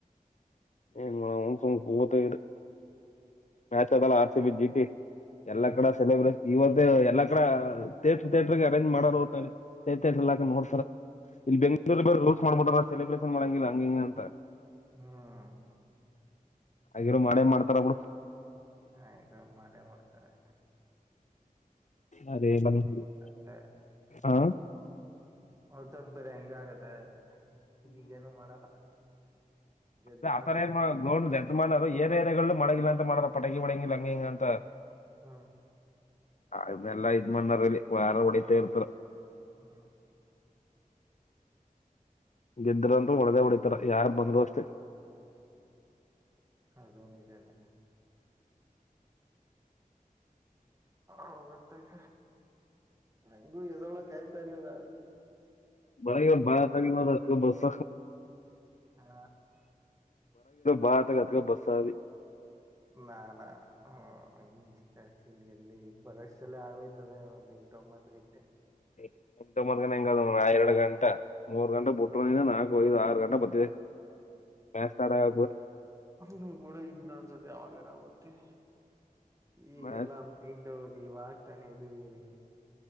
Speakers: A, on the left (about 55°); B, on the right (about 20°).
A: ಏನ್ ಮಾಡಮ್ ಸುಮ್ನೆ ಕೂತಿದ್ದೆ ಮ್ಯಾಚ್ ಅದಲ್ಲ R C B G T ಎಲ್ಲಾ
B: ಹ್ಮ್
A: ಕಡೆ ಸೆಲೆಬ್ರೇಶನ್ ಇವತ್ತು ಎಲ್ಲಾ ಕಡ ತೇಟ್ರರ್ ಥೇಟರ್ಗೆ ಅರೇಂಜ್ ಮಾಡ್ ಊಟ ೇ ತೇಟ್ರ ಹಾಕ ನೋಡ್ತಾರ ಇಲ್ಲಿ ಬೆಂಗಳೂರ ಬ ರೂಲ್ಸ್ ಮಾಡ್ಬಿಟ್ರ ಸೆಲೆಬ್ರೇಷನ್ ಮಾಡಂಗಿಲ್ಲ ಹಂಗಿಂಗ ಅಂತ
B: ಹ್ಮ್
A: ಹಾಗಿರ ಮಾಡೇನ್ ಮಾಡ್ತಾರಬಳ
B: ಹಾ ಈಗ ಮಾಡೆ ಮಾಡಡ್ತಾರೆ
A: ಆದೆ <unintelligible>
B: ಬೇರೆ
A: ಆ
B: ಒಲ್ಸದ ಬೇಡ ಹೆಂಗ ಆಗದೆ ಈಗೇನು ಮಾಡಲ್ಲ ಗೆದ್ರ
A: ಅದ ಆತರ
B: ಸುಮ್ನೆ
A: ಏನ್ ಗ್ರೌಂಡ್ ಎದ್ ಮಾಡಾರ ಏರ್ ಏರಾಗ್ು ಮಾಡಗಿಲ್ಲ ಅಂತ ಮಾಡಾರ ಪಟಗಿ ಮಡಂಗಿಿಲ್ಲ ಹಂಗಿಂಗ ಅಂತ
B: ಹಾ
A: ಅನ್ನೆಲ್ಲಾಐ್ ಮಣ್ಣರಲ್ಲಿ ವಾರ ಹೊಡತಾ ಇರ್ತಾರ
B: ಹಾ
A: ಗೆದ್ದ್ರಂತೂ ಹೊಡೆದ ಹೊಡಿತಾರ ಯಾರ್ು ಬಂದರು ಅಷ್ಟೆ
B: ಹದೋ ನಿಿಜಾನೇ ಹೋಗತ್ತೇಕ ಹಂಗು ಎದೊಳ ಕಾಯ್ತಾ ಇಲಿಲ್ಲ
A: ಬ ಬಾರ ತಾರ ಮಾಡ ಹತ್ತುಗ ಬಸ
B: ಹಾ
A: ಬಾತ ಗತಕ ಬಸ್ಸಿ
B: ನ ನ ಹ ಈಷ್ಟ ಇ ಎಲ್ಲಿ ಈಗ ಬರೋಷ್ಟಲ್ಲ ಆಗೋಯ್ತದೆ ಒಂದ್ ಎಂಟು ಒಂಬತ್ತು ಗಂಟೆ
A: <inaudible> ಮ್ಕ ಹೆಂಗ ಎರಡು ಗಂಟ ಮೂರ್ ಗಂಟೆ ಬಿುಟ್ಟರು ನಾಲ್ಕು ಐದು ಆರು ಗಂಟ ಬರ್ ಮ್ಯಾಸ್ತಡಬು
B: ಹ ಕೂಡ ಇನ್ನ ಅಸ ದಾವಗರಾವತ್ತ ಈಗೆಲ್ಲಾ
A: ಮ್ಯಾಚ್
B: ಮೈಂಡ್ ನೀವಾಗಗ್ತಾನೆ ಇದ್ದಿದ್ದೀರಿ